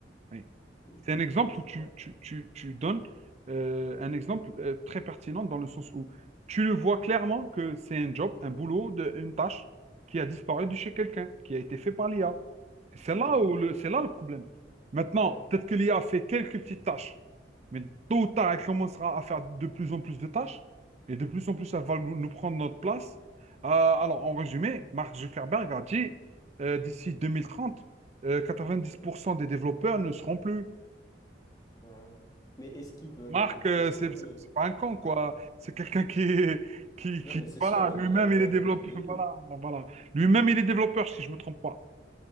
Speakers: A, on the right (about 35°); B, on the left (about 20°).
A: Oui.
B: Mm.
A: C'est un exemple
B: C'est
A: où tu,
B: clair.
A: tu- tu- tu donnes euh, un exemple euh, très pertinent dans le sens où tu le vois clairement que c'est un job, un boulot, de- une tâche qui a disparu de chez quelqu'un, qui a été fait par l'IA. Et C'est
B: C'est
A: là
B: clair.
A: où le, c'est là le problème. Maintenant,
B: Bah ouais.
A: peut-être que l'IA fait quelques petites tâches, mais tôt ou tard, elle commencera à faire de plus en plus de tâches et de plus en plus, elle va nous nous prendre notre place. Euh, alors, en résumé, Mark Zuckerberg a dit euh, d'ici 2030, euh, 90% des développeurs ne seront plus.
B: Ah ouais. Mais est-ce qu'il peut.
A: Marc,
B: mmh,
A: euh,
B: Est-ce
A: c'est
B: que le.
A: c'est- c'est pas un con, quoi.
B: Ouais.
A: C'est quelqu'un qui, est- qui,
B: Non,
A: qui,
B: mais c'est
A: voilà,
B: sûr, il
A: lui-même,
B: est là-dedans
A: il est développeur.
B: depuis le début.
A: <laughs> Voilà, voilà. Lui-même, il est développeur, si je me trompe pas.